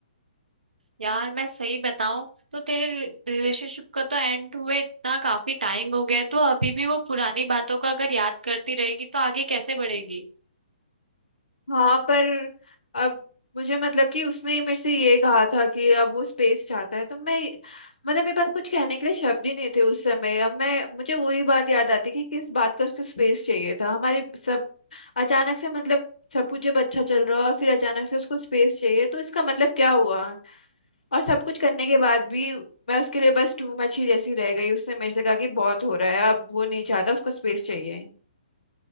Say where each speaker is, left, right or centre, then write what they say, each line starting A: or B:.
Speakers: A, on the right; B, on the left.
A: यार मैं सही बताऊं तो तेरे रिलेशनशिप का तो एंड हुए इतना काफी टाइम हो गया है, तो अभी भी वो पुरानी बातों का अगर याद करती रहेगी तो आगे कैसे बढ़ेगी
B: हाँ पर अब मुझे मतलब कि उसने मेरे से ये कहा था कि अब वो स्पेस चाहता है तो मैं मतलब मेरे पास कुछ कहने के लिए शब्द ही नहीं थे उस समय अब मैं मुझे वही बात याद आती कि किस बात का उसको स्पेस चाहिए था हमारी सब अचानक से मतलब सब कुछ जब अच्छा चल रहा और फिर अचानक से उसको स्पेस चाहिए तो इसका मतलब क्या हुआ और सब कुछ करने के बाद भी मैं उसके लिए बस टू मच ही जैसी रह गई उसने मेरे से कहा कि बहुत हो रहा है अब वो नहीं चाहता उसको स्पेस चाहिए